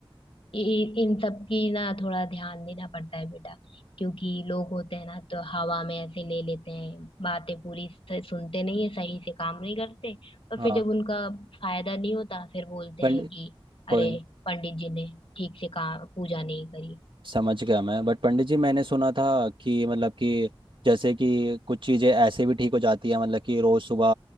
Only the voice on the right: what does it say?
हाँ
पंडित
कोई
नहीं,
समझ गया मैं बट पंडित जी मैंने सुना था कि मतलब कि जैसे कि कुछ चीज़ें ऐसे भी ठीक हो जाती है मतलब कि रोज़ सुबह